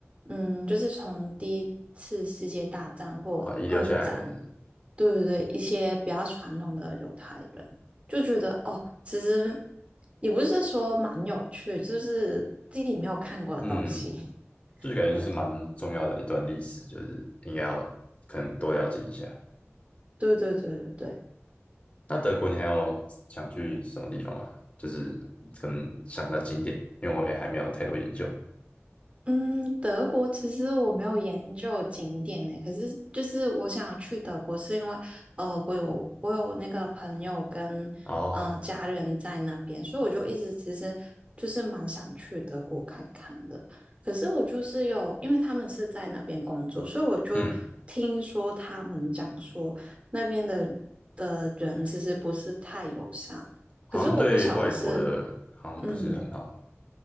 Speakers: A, on the right (about 25°); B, on the left (about 30°).
A: 嗯，就是从第一次世界大战或二战，
B: 好，遗留下来的，
A: 对对对，一些比较传统的犹太人就觉得哦，其实也不是说蛮有趣，就是自己没有看过的东西。
B: 嗯，
A: <laughs>
B: 就是感觉就是蛮重要的一段历史，
A: 对
B: 就是应该要可能多了解一下。
A: 对对对对对。
B: 那德国你还有想去什么地方吗？就是可能想到景点，因为我也还没有太多研究。
A: 嗯，德国其实我没有研究景点呢，可是就是我想去德国，是因为呃，我有我有那个朋友跟嗯家人在那边，
B: 哦，
A: 所以我就一直其实就是蛮想去德国看看的。可是我就是有，因为他们是在那边工作，所以我就听说他们讲说那边的
B: 嗯，
A: 的人其实不是太友善，
B: 好像对外国的好像不是很好。
A: 可是我不晓得是嗯。